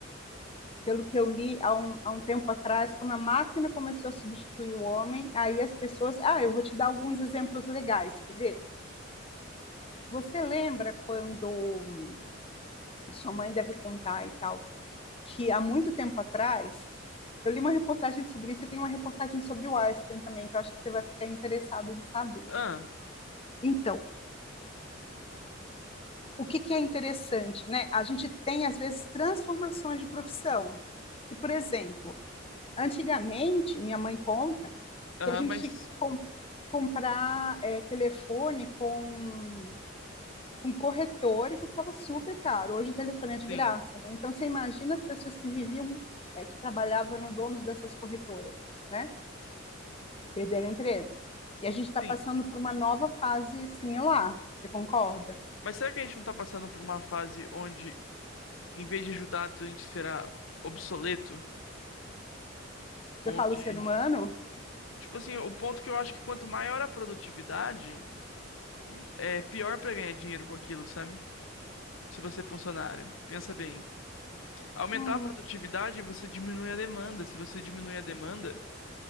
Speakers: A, on the left (about 30°); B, on the left (about 85°).
A: pelo que eu li há um, há um tempo atrás, quando a máquina começou a substituir o homem, aí as pessoas. Ah, eu vou te dar alguns exemplos legais, que ver. Você lembra quando sua mãe deve contar e tal? que há muito tempo atrás, eu li uma reportagem sobre isso e tem uma reportagem sobre o Einstein também, que eu acho que você vai ficar interessado em saber.
B: Ah,
A: Então, o que que é interessante, né? A gente tem, às vezes, transformações de profissão. E, por exemplo, antigamente, minha mãe conta
B: aham,
A: que a gente
B: mas
A: tinha que com- comprar eh, telefone com, com corretor e custava super caro. Hoje o telefone
B: sim,
A: é de graça, né? Então, você imagina as pessoas que viviam, eh, que trabalhavam no donos dessas corretoras, né? perderam o emprego. E a gente está
B: sim.
A: passando por uma nova fase similar, você concorda?
B: Mas será que a gente não tá passando por uma fase onde, em vez de ajudado, a gente será obsoleto?
A: Você
B: Onde,
A: fala o ser humano?
B: tipo assim, o ponto que eu acho que quanto maior a produtividade, é pior pra ganhar dinheiro com aquilo, sabe? Se você é funcionário, pensa bem. Aumentar
A: Hum,
B: a produtividade, você diminui a demanda. Se você diminui a demanda,